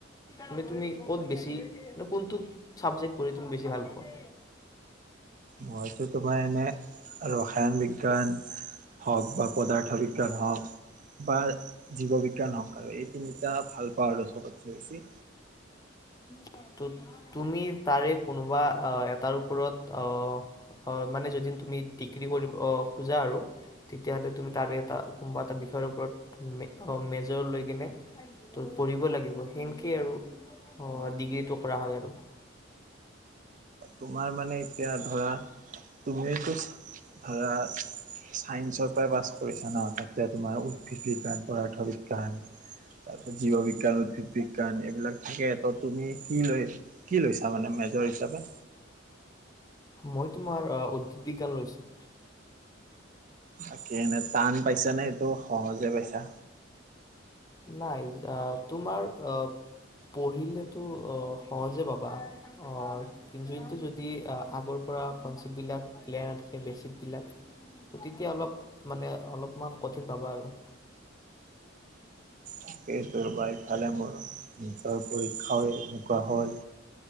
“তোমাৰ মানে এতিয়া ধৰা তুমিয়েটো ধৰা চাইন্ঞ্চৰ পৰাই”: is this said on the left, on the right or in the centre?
Right